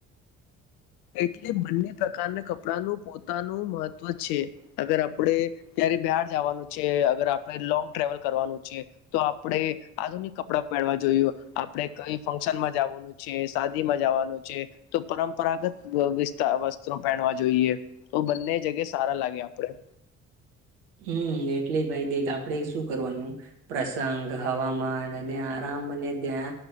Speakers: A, on the left (about 65°); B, on the right (about 70°).
A: એટલે બંને પ્રકારના કપ આપણાનું પોતાનું મહત્વ છે અગર આપડે ત્યારે બહાર જવાનું છે અગર આપણે લોંગ ટ્રાવલ કરવાનું છે તો આપડણે આધુનિક કપડાં પહેરવા જોઈું આપણે કઈ ફંક્શન માં જવાનું છે શાદી માં જવાનું છે તો પરંપરાગત વિસ્ વસ્ત્રો પહેનવા જોઈએ તો બંને જગ્યા સારા લાગે આપણેે
B: હમ એટલે જ ભાઈ દે આપડે શું કરવાનું પ્રસંગ હવામાન અને આરામ ્યા